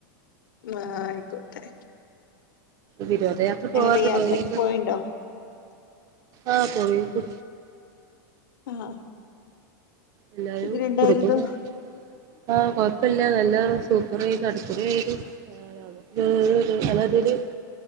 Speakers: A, on the left; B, on the right.
A: ആ ആയിക്കോട്ടെ.
B: വിനോദയാത്ര പോവാറുണ്ടോ
A: എങ്ങോട്ട് യാത്രക്ക്
B: എങ്ങട്ടാ
A: പോയിണ്ടോ
B: ആഹ് പോയിരുന്നു
A: ആഹ്
B: എല്ലരും
A: എങ്ങനെണ്ടായിരുന്നു
B: കുടുംബകാരെലല്ലാരും ആഹ കൊഴപ്പല്ല നല്ല സൂപ്പർനു <unintelligible> നല്ലതില്